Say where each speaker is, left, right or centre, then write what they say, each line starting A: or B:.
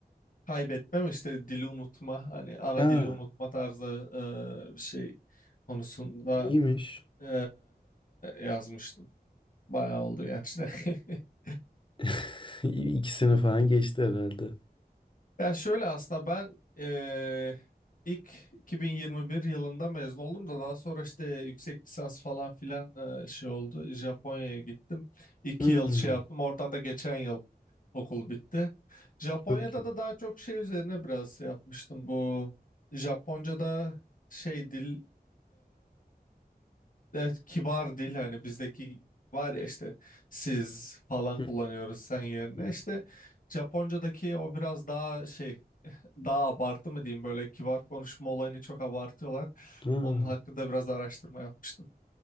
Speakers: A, on the left; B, on the left.
A: kaybetmem, işte dili unutma, hani ana
B: Ya
A: dili unutma tarzı e, bir şey konusunda
B: iyiymiş.
A: e, yazmıştım. Bayağı oldu gerçi de. <laughs>
B: <laughs> İyi, İki sene falan geçti herhalde.
A: Ya şöyle aslında ben eee, ilk 2021 yılında mezun oldum da daha sonra işte yüksek lisans falan filan eee, şey oldu. Japonya'ya gittim. İki
B: Hmm.
A: yıl şey yaptım. Oradan da geçen yıl okul bitti. Japonya'da
B: Çok iyi.
A: da daha çok şey üzerine biraz şey yapmıştım. Bu Japonca'da şey dil Evet, kibar dil hani bizdeki var ya işte siz falan
B: Hı
A: kullanıyoruz sen yerine
B: hı.
A: işte Japonca'daki o biraz daha şey <laughs> daha abartı mı diyeyim böyle kibar konuşma olayını çok abartıyorlar.
B: Aa,
A: Onun hakkında biraz araştırma yapmıştım.